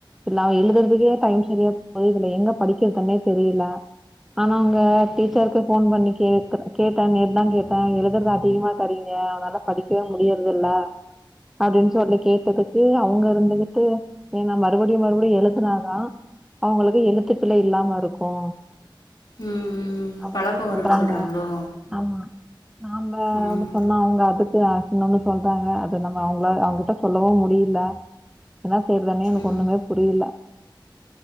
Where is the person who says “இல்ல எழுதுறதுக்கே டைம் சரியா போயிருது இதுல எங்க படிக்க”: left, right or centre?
Centre